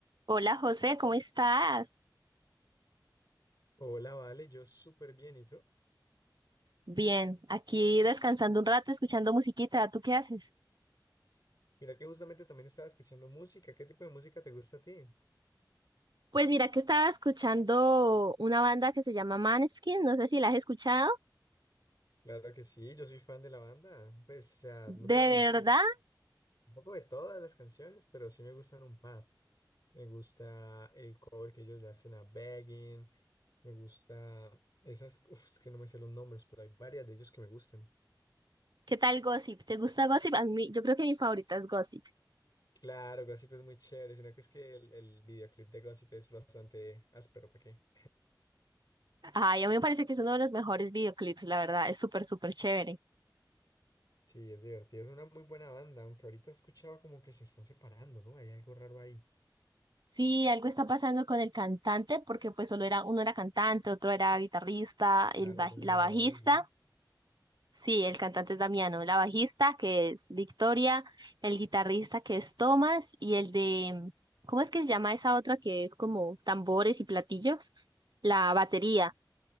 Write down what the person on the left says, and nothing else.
Hola, vale, yo súper bien, ¿y tú?
Mira que justamente también estaba escuchando música. ¿Qué tipo de música te gusta a ti?
Claro que sí, yo soy fan de la banda. Pues, o sea,
no te voy a mentir,
un poco de todas las canciones, pero sí me gustan un par. Me gusta el cover que ellos le hacen a Begging, me gusta esas, uf, es que no me sé los nombres, pero hay varias de ellos que me gustan.
Claro, Gossip es muy chévere, sino que es que el, el videoclip de Gossip es bastante áspero, ¿para qué?
Sí, es divertido, es una muy buena banda, aunque ahorita he escuchado como que se están separando, ¿no? Hay algo raro ahí.
Claro,
Damiano
David, ¿no?